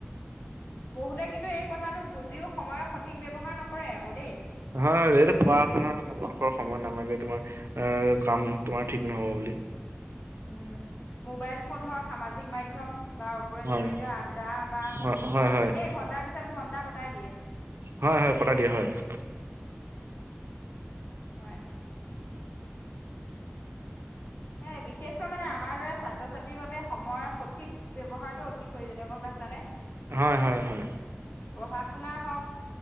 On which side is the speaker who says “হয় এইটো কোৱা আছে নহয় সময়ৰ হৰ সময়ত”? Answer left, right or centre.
Right